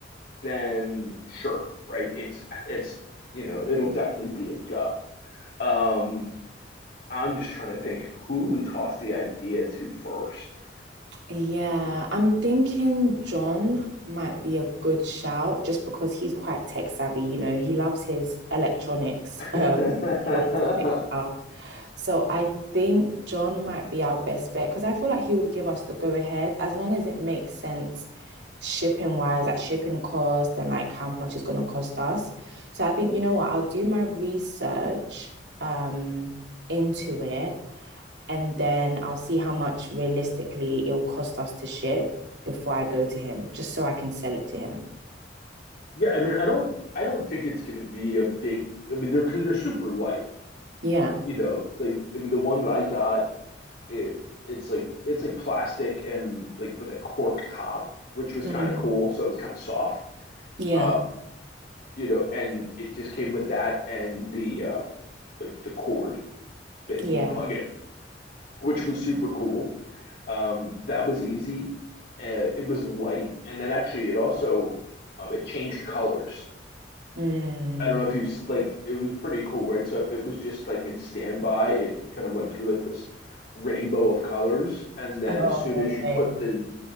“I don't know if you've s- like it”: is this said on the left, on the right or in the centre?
Left